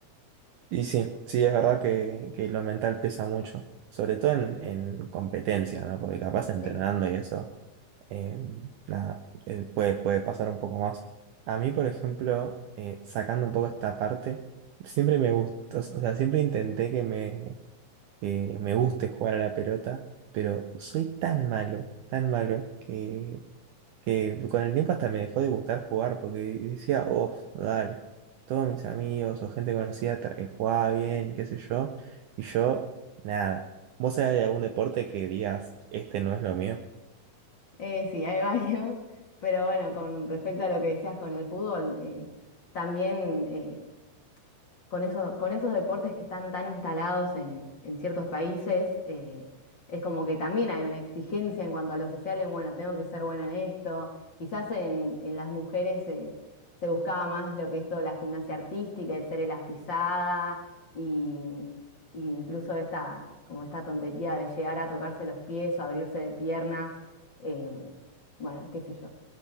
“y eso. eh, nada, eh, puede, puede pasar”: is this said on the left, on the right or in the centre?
Right